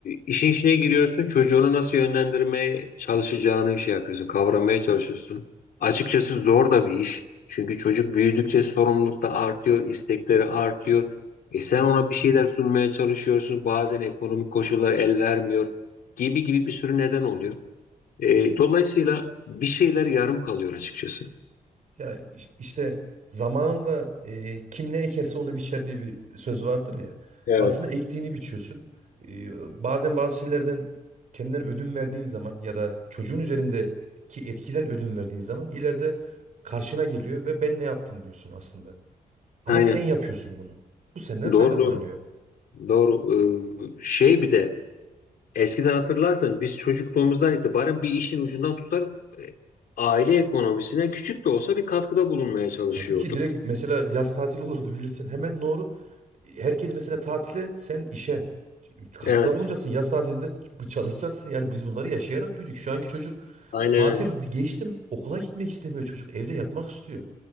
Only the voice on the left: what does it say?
işin içine giriyorsun, çocuğunu nasıl yönlendirmeye çalışacağını şey yapıyorsun, kavramaya çalışıyorsun. Açıkçası zor da bir iş. Çünkü çocuk büyüdükçe sorumluluk da artıyor, istekleri artıyor. E sen
ona bir şeyler sunmaya çalışıyorsun. Bazen ekonomik koşullar el vermiyor gibi gibi bir sürü neden oluyor. E,
dolayısıyla bir şeyler yarım kalıyor açıkçası.
Evet.
Aynen.
Doğru
doğru. Doğru. Ee, şey bir de Eskiden hatırlarsan biz çocukluğumuzdan itibaren bir işin ucundan tutar e, aile ekonomisine küçük de olsa bir katkıda bulunmaya çalışıyorduk.
Evet,
aynen
öyle.